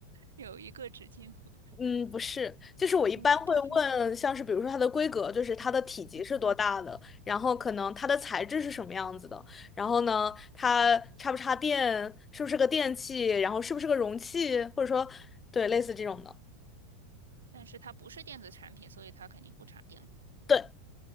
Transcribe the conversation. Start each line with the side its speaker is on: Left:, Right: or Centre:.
Right: 有一个纸巾盒，
Left: 嗯，不是，就是我一般会问，
Right: 不是，它是，
Left: 像是比如说它的规格，就是它的体积是多大的，然后可能它的材质是什么样子的，然后呢，它插不插电，是不是个电器，然后是不是个容器，或者说对类似这种的，
Right: 但是它不是电子产品，所以它肯定不插电。
Left: 对，